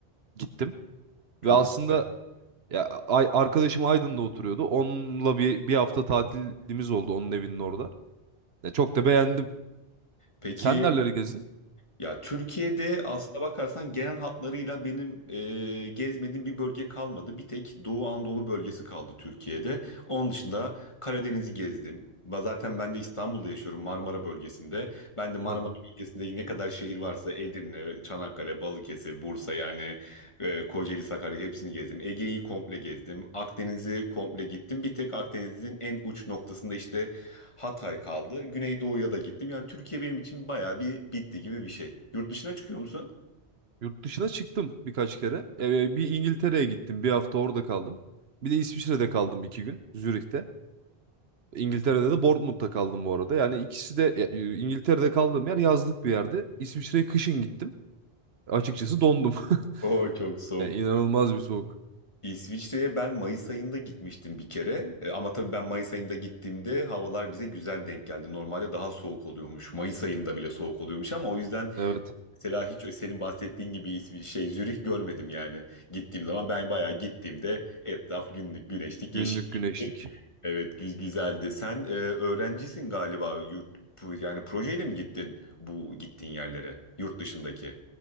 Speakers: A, on the right; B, on the left.
A: gittim.
B: Çok.
A: Ve aslında
B: Evet.
A: Ya ay, arkadaşım Aydın'da oturuyordu. Onunla bir bir hafta tatilimiz oldu onun evinin orada. Ya çok da beğendim.
B: Peki
A: Sen nereleri gezdin?
B: Ya Türkiye'de aslına bakarsan genel hatlarıyla benim e, gezmediğim bir bölge kalmadı. Bir tek Doğu Anadolu bölgesi kaldı Türkiye'de. Onun dışında Karadeniz'i gezdim. Ben- Zaten ben de İstanbul'da yaşıyorum Marmara bölgesinde. Ben de Marmara
A: Hı hı.
B: bölgesinde ne kadar şehir varsa Edirne, Çanakkale, Balıkesir, Bursa yani ee, Kocaeli, Sakarya hepsini gezdim. Ege'yi komple gezdim. Akdeniz'i komple gittim. Bir tek Akdeniz'in en uç noktasında işte Hatay kaldı. Güneydoğu'ya da gittim. Yani Türkiye benim için bayağı bir bitti gibi bir şey. Yurt dışına çıkıyor musun?
A: Yurt dışına çıktım birkaç kere. Ee, bir İngiltere'ye gittim. Bir hafta orada kaldım. Bir de İsviçre'de kaldım iki gün. Zürih'te. İngiltere'de de Bournemouth'ta kaldım bu arada. Yani ikisi de e, İngiltere'de kaldığım yer yazlık bir yerdi. İsviçre'ye kışın gittim. Açıkçası dondum. <laughs>
B: O çok soğuk.
A: Ya inanılmaz bir soğuk.
B: İsviçre'ye ben Mayıs ayında gitmiştim bir kere. E, ama tabii ben Mayıs ayında gittiğimde havalar bize güzel denk geldi. Normalde daha soğuk oluyormuş. Mayıs ayında bile soğuk oluyormuş ama o yüzden
A: Evet.
B: Mesela hiç senin bahsettiğin gibi bir şey Zürih görmedim yani. Gittiğim zaman ben bayağı gittiğimde etraf günlük güneşlik
A: Günlük
B: yeşil.
A: güneşlik.
B: Evet güz güzeldi. Sen e, öğrencisin galiba yurt pro- yani projeyle mi gittin bu gittiğin yerlere yurt dışındaki?